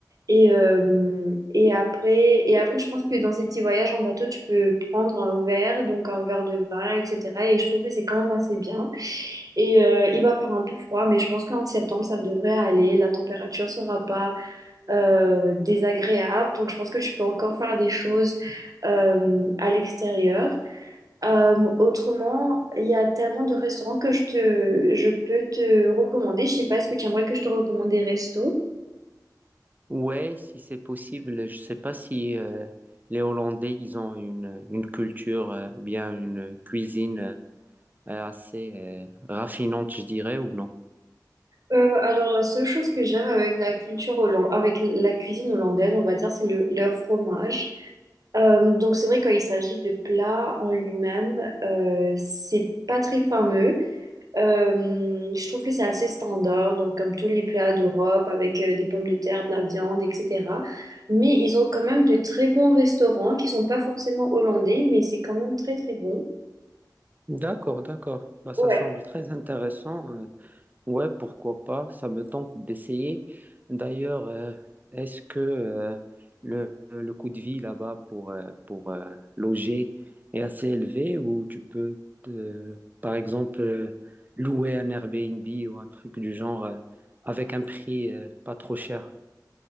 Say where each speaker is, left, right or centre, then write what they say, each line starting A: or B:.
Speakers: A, on the right; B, on the right.
A: Et, euh, et après, et après, je pense que dans ces petits voyages en bateau, tu peux prendre un verre, donc un verre de vin, etc. Et je trouve que c'est quand même assez bien. Et euh, il va faire un peu froid, mais je pense qu'en septembre, ça devrait aller. La température sera pas euh, désagréable. Donc, je pense que tu peux encore faire des choses euh, à l'extérieur. Euh, autrement, il y a tellement de restaurants que je te, je peux te recommander. Je sais pas, est-ce que tu aimerais que je te recommande des restos?
B: Ouais, si c'est possible, je sais pas si euh, les Hollandais, ils ont une, une culture euh, ou bien une cuisine euh, assez euh, raffinante, je dirais, ou non.
A: Euh, alors, la seule chose que j'aime avec la culture hollandaise, avec la cuisine hollandaise, on va dire, c'est le, leur fromage. Euh, donc, c'est vrai, quand il s'agit de plats en lui-même, euh, c'est pas très fameux. Euh, je trouve que c'est assez standard, donc comme tous les plats d'Europe, avec euh, des pommes de terre, de la viande, etc. Mais ils ont quand même de très bons restaurants qui sont pas forcément hollandais, mais c'est quand même très, très bon.
B: D'accord, d'accord. Bah, ça
A: Ouais.
B: semble très intéressant. Ouais, pourquoi pas, ça me tente d'essayer. D'ailleurs, euh, est-ce que euh, le, le coût de vie là-bas pour, euh, pour euh, loger est assez élevé ou tu peux, te- par exemple, euh, louer un Airbnb ou un truc du genre euh, avec un prix euh, pas trop cher?